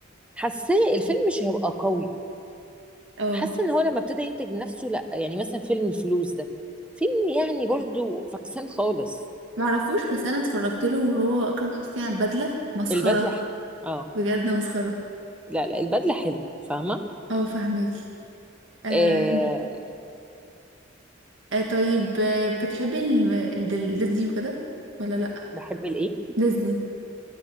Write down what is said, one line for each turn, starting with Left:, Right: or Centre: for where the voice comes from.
Centre: حاساه الفيلم مش هيبقى قوي
Right: امم
Centre: حاسه ان هو لما ابتدى ينتج نفسه لا يعني مثلا فيلم الفلوس ده فيلم يعني برضو فكسان خالص
Right: معرفوش بس انا اتفرجت له وهو اكرم حسني على البدله مسخره
Centre: البدله حلو اه
Right: بجد مسخره
Centre: لا لا البدله حلوه فاهمه
Right: اه فهماكي آم،
Centre: آه
Right: آه طيب آه، بتحبي ال- ال- ال- ديزني وكده ولا لا
Centre: بحب الايه
Right: ديزني